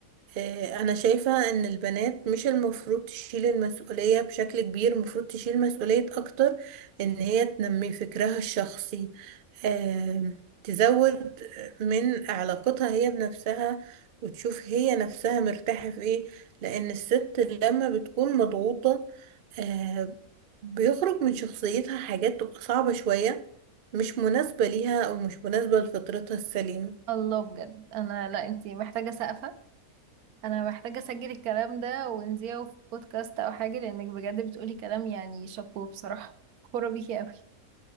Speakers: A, on the right; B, on the right.
A: آه، أنا شايفة إن البنات مش المفروض تشيل المسؤولية بشكل كبير المفروض تشيل مسؤولية أكتر إن هي تنمي فكرها الشخصي آم، تزود من علاقتها هي بنفسها وتشوف هي نفسها مرتاحة في إيه لأن الست لما بتكون مضغوطة آه، بيخرج من شخصيتها حاجات تبقى صعبة شوية مش مناسبة ليها أو مش مناسبة لفطرتها السليمة
B: الله بجد انا لا انتي محتاجه سقفه انا محتاجه اسجل الكلام ده ونذيعه في بودكاست او حاجه لانك بجد بتقولي كلام يعني شابو بصراحه فخوره بيكي قوي